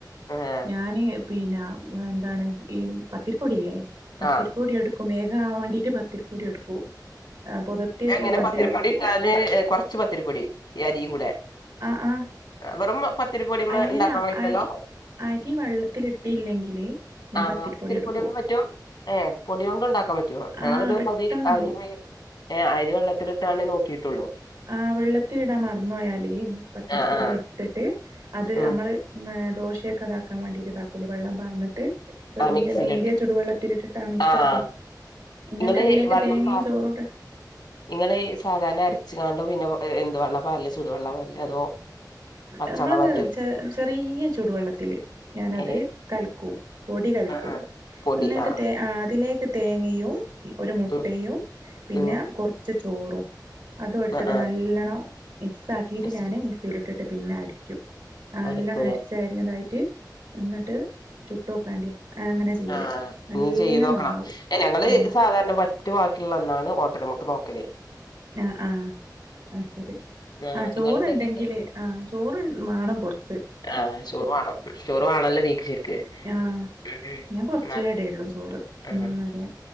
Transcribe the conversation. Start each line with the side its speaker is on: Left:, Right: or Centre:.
Left: ഏഹ്
Right: ഞാനീ ന്നാ എന്താണ് ഈ പത്തിരിപ്പൊടിയില്ലേ പത്തിരിപ്പൊടി
Left: ആഹ്
Right: എടു ക്കും വേഗം ആവാണ്ടീട്ട് പത്തിരിപ്പൊടി എടുക്കും പുതിർത്തിവെച്ച
Left: എങ്ങനെ
Right: മറ്റേ
Left: പത്തിരിപ്പൊടി ഇട്ടാല് ഏഹ് കൊറ ച്ച് പത്തിരിപ്പൊടി ഈ അരി കൂടെ
Right: ആഹ് ആഹ്
Left: വെറും പ ത്തിരിപൊടീമ്മേ
Right: അല്ല
Left: ഇണ്ടാക്കൻ കഴില്ലല്ലോ
Right: അരി അരി വെള്ളത്തിലിട്ടില്ലെങ്കില് ഞാൻ
Left: ആഹ്
Right: പത്തിരിപ്പൊടി
Left: അപ്പൊ ഇത്തിരി
Right: എടുക്കു
Left: പൊടി കൊണ്ട് പറ്റും ഏഹ് പൊടി കൊണ്ടും ഉണ്ടാക്കാൻ പറ്റുവോ ഞങ്ങൾ
Right: ആഹ്
Left: ഇതു
Right: പെട്ടെന്നാവും
Left: പകുതി അരി <unintelligible> ഏഹ് അരി വെള്ളത്തിലിട്ട് അനെ നോക്കിട്ടുള്ളൂ
Right: ആഹ് വെള്ളത്തിലിടാൻ മറന്നു പോയാല് പത്തിരിപ്പൊടി
Left: ആഹ് ആഹ്
Right: എടുത്തിട്ട് അത്
Left: ഉം
Right: അമ്മള് മ് ദോശയൊക്കെ ഇതാക്കാൻ വേണ്ടിട്ട് ഇതാക്കൂലേ വെള്ളം പാർന്നിട്ട് ചെറീയ
Left: ആഹ് മിക്സിയിലിട്ട്
Right: നേരിയ ചുടുവെള്ളത്തിൽ ഇട്ടിട്ട് മിക്സ്
Left: ആഹ്
Right: ആക്കും. എന്നിട്ട്
Left: ഇങ്ങള്
Right: അതിലേക്ക്
Left: വെള്ളം
Right: തേങ്ങയും
Left: പാ
Right: ചോറും ഇട്ടിട്ട്
Left: ഇങ്ങള് ഈ സാധാരണ അരച്ച് കാണ്ട് പിന്നെ വെ എന്ത് വെള്ളാ പാരല് ചുടുവെള്ള പാരല് അതോ പച്ചവെള്ളാ
Right: നമ്മളത്
Left: പാരല്
Right: ചെ ചെറീയ ചൂടുവെള്ളത്തില് ഞാൻ അത്
Left: ഏഹ്
Right: കലക്കൂ പൊടി കൽക്കൂ.
Left: ആഹ് ആഹ് പൊടി
Right: എന്നിട്ട്
Left: ആഹ്
Right: തേ ആ അതിലേക്ക് തേങ്ങയും ഒരു മുട്ടയും
Left: ഉം
Right: പിന്നെ
Left: ഉം
Right: കുറച്ച് ചോറും അതും ഇട്ത്തിട്ട്
Left: ആഹ് ആഹ്
Right: നല്ലണം മിക്സ് ആക്കിയിട്ട്
Left: മിക്സി
Right: ഞാന് മിക്സിയിലിട്ടിട്ട് പിന്നെ അടിക്കും. നല്ലണം
Left: അടിക്കൂലേ
Right: അടിച് ചേര്ണതായിട്ട് എന്നിട്ട് ചുട്ടോക്കെണ്ടി. അങ്ങനെ ചെയ്യല്
Left: ആഹ്,
Right: നല്ല
Left: ഇഞ്ഞി ചെയ്തോക്കണം.
Right: നന്നാവും
Left: ഞങ്ങള്
Right: ഉം
Left: സാധാരണ പോ റ്റു വാക്കിള്ളന്നാണ് ഓട്ടടമ്മക്ക് നോക്കല്.
Right: ആഹ് ആഹ് അത് ശരി
Left: ആഹ്
Right: ആ ചോറുണ്ടെങ്കില്
Left: ഇങ്ങളെന്തൊക്കെയാ
Right: ആ ചോറ് മാണം കൊർച്ച്
Left: ആഹ് ചോറ് മാണം. ചോറ് വാണല്ലോ തീക്ക് ഷെര്ക്ക്
Right: ആഹ്
Left: <unintelligible>
Right: ഞാൻ കൊറച്ചേ ഇടയുള്ളൂ ചോറ്
Left: ആഹ്
Right: ഉം അതെ